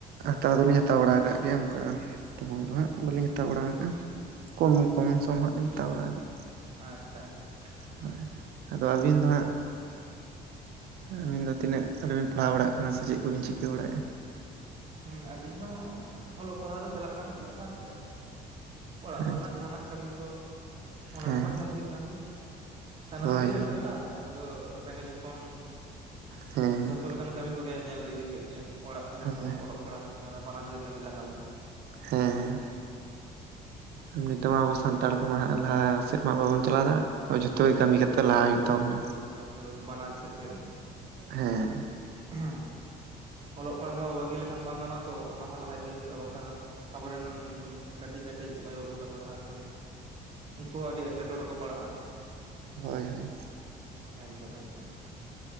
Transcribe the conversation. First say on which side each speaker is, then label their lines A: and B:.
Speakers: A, on the right; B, on the right.
A: ᱦᱟᱛᱟᱣ ᱫᱚᱞᱤᱧ, ᱦᱟᱛᱟᱣ ᱵᱟᱲᱟ ᱟᱠᱟᱫ ᱜᱮᱭᱟ ᱚᱱᱠᱟ ᱫᱚ ᱾ ᱛᱚᱠᱷᱚᱱ ᱫᱚ ᱦᱟᱸᱜ, ᱵᱟᱹᱞᱤᱧ ᱦᱟᱛᱟᱣ ᱵᱟᱲᱟ ᱟᱠᱟᱜᱼᱟ ᱾ ᱠᱚᱢ, ᱠᱚᱢ ᱥᱚᱢ ᱦᱟᱸᱜ ᱞᱤᱧ ᱦᱟᱛᱟᱣ ᱵᱟᱲᱟ ᱟᱠᱟᱜᱼᱟ ᱾
B: ᱟᱪᱪᱷᱟ, ᱟᱪᱪᱷᱟ ᱾
A: ᱦᱳᱭ, ᱟᱫᱚ ᱟᱹᱵᱤᱱ ᱫᱚ ᱦᱟᱸᱜ? ᱟ. ᱵᱤᱱ ᱫᱚ ᱛᱤᱱᱟᱹᱜ? ᱨᱮᱵᱤᱱ ᱯᱟᱲᱦᱟᱣ ᱵᱟᱲᱟᱜ ᱠᱟᱱᱟ, ᱥᱮ ᱪᱮᱫ ᱠᱚᱵᱤᱱ ᱪᱤᱠᱟᱹ? ᱵᱟᱲᱟᱭᱮᱫᱼᱟ ᱾
B: ᱦᱩᱸᱼ, ᱟᱞᱤᱧ ᱦᱚᱸ ᱚᱞᱚᱜ ᱯᱟᱲᱦᱟᱣ ᱫᱚ ᱪᱟᱞᱟᱜ ᱠᱟᱱ ᱜᱮᱭᱟ, ᱥᱟᱶᱛᱮ ᱚᱲᱟᱜ ᱠᱚᱨᱮᱱᱟᱜ
A: ᱟᱪᱪᱷᱟ
B: ᱡᱟᱦᱟᱱᱟᱜ ᱠᱟᱹᱢᱤ ᱠᱚ ᱚᱱᱟ
A: ᱦᱮᱸ
B: ᱠᱚᱦᱚᱸ ᱧᱮᱞ ᱦᱳᱭᱳᱜ ᱠᱟᱱ ᱜᱮᱭᱟ, ᱥᱟᱱᱟᱢ
A: ᱦᱳᱭ
B: ᱜᱮ ᱧᱮᱞ
A: ᱦᱳᱭ
B: ᱦᱩᱭᱩᱜᱜᱼᱟ, ᱟᱵᱚ ᱫᱚ ᱨᱮᱸᱜᱮᱡ ᱦᱚᱯᱽ ᱯᱚᱱ,
A: ᱦᱮᱸ ᱦᱮᱸ
B: ᱡᱷᱚᱛᱚ ᱞᱮᱠᱟᱱ ᱠᱟᱹᱢᱤ ᱠᱚᱜᱮ ᱧᱮᱞ ᱤᱫᱤ ᱦᱩᱭᱩᱜ ᱜᱮᱭᱟ ᱾ ᱚᱲᱟᱜ ᱠᱚᱨᱮᱱᱟᱜ
A: ᱦᱳᱭ
B: ᱦᱚᱸ
A: ᱾
B: ᱚᱞᱚᱜ ᱯᱟᱲᱦᱟᱜ ᱠᱟᱹᱢᱤ ᱫᱚ ᱱᱷᱟᱜ ᱵᱟᱱᱟᱨ ᱜᱮ, ᱠᱟᱹᱢᱤ ᱞᱟᱦᱟ ᱦᱩᱭᱩᱜᱼᱟ ᱾
A: ᱦᱮᱸ ᱦᱮᱸ᱾ ᱱᱤᱛᱚᱜ ᱢᱟ ᱟᱵᱚ ᱥᱟᱱᱛᱟᱲ ᱠᱚᱢᱟ ᱦᱟᱜ ᱞᱟᱦᱟ ᱥᱮᱫ ᱢᱟ ᱵᱟᱵᱚᱱ ᱪᱟᱞᱟᱣ ᱫᱟᱲᱮᱭᱟᱜᱼᱟ᱾ ᱦᱮᱸ ᱡᱚᱛᱚ
B: ᱦᱩᱸ
A: ᱜᱮ ᱠᱟᱹᱢᱤ ᱠᱟᱛᱮᱜ ᱞᱟᱦᱟ ᱦᱩᱭᱩᱜ ᱛᱟᱵᱚᱱᱟ᱾
B: ᱡᱚᱛᱚ ᱜᱮ ᱵᱟᱱᱟᱨ ᱥᱮᱫ ᱜᱮ᱾
A: ᱦᱮᱸ᱾
B: ᱦᱮᱸ ᱚᱞᱚᱜ ᱯᱟᱲᱦᱟᱜ ᱦᱚᱸ ᱵᱟᱹᱜᱤ ᱞᱮᱠᱷᱟᱱ ᱵᱟᱝ ᱜᱟᱱᱚᱜᱼᱟ, ᱛᱚ ᱚᱱᱟ ᱦᱚᱸ ᱞᱟᱦᱟ ᱤᱫᱤᱭᱮ ᱦᱩᱭᱩᱜᱼᱟ, ᱵᱟᱝᱠᱷᱟᱱ ᱫᱚᱼᱼ ᱟᱵᱚᱨᱮᱱ ᱠᱟᱹᱴᱤᱡ ᱠᱟᱹᱴᱤᱡ ᱢᱟᱹᱭ ᱵᱟᱹᱵᱩ ᱛᱟᱠᱚ ᱥᱟᱶᱛᱮ᱾ ᱩᱱᱠᱩ ᱦᱚᱸ ᱟᱹᱰᱤ ᱮᱴᱠᱮᱴᱚᱬᱮ ᱠᱚ ᱯᱟᱲᱟᱜᱼᱟ᱾
A: ᱦᱳᱭ ᱦᱳᱭ᱾
B: ᱮᱠᱫᱚᱢ ᱮᱠᱫᱚᱢ᱾